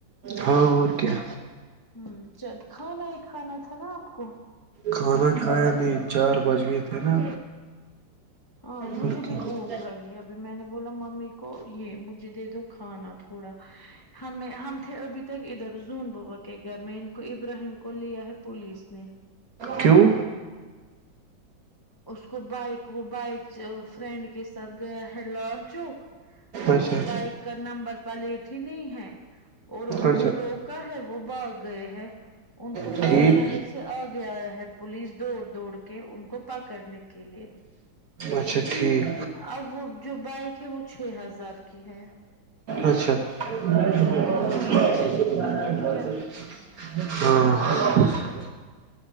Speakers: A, on the right; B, on the left.
A: ہاں اور کیا
B: ہوں جب کھانا ہی کھانا تھا نا آپ کو
A: کھانا کھایا نہیں چار بج گئے تھے نا
B: ہاں مجھے
A: پھر کیا
B: بھی بھوک لگی ہے میں نے بولا ممی کو یہ مجھے دے دو کھانا تھوڑا ہمیں ہم تھے ابھی تک ادھر زون بوا کے گھر میں ان کو ابراہیم کو لیا ہے پولیس نے
A: کیوں
B: اس کو بائک وہ بائک فرینڈ کے ساتھ گیا ہے لال چوک
A: اچھا
B: وہ بائک کا نمبر پلیٹ ہی نہیں ہے اور ان
A: اچھا
B: کو روک ہے وہ بھاگ گئے ہیں ان کو
A: ٹھیک
B: کارا نگر سے سے آ گیایا ہے پولیس دوڑ دوڑ کے ان کو پ کرنے کے لیے
A: اچھا ٹھیک
B: اب وہ جو بائک ہے وہ چھ ہزار کی ہے
A: اچھا ہاں-
B: ہاں اور کیا